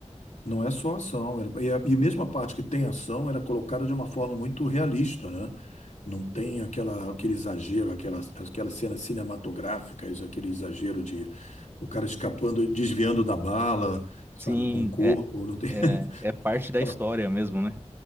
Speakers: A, on the left (about 80°); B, on the right (about 20°).
A: Não é só ação. ela- E, a- e mesmo a parte que tem ação, ela é colocada de uma forma muito realista, né? Não tem aquela, aquele exagero, aquelas, aquelas cenas cinematográficas, aquele exagero de o cara escapando, desviando da bala, sabe,
B: Sim,
A: com o corpo.
B: é,
A: Não tem
B: é,
A: <laughs>
B: é parte da
A: aquela...
B: história mesmo, né?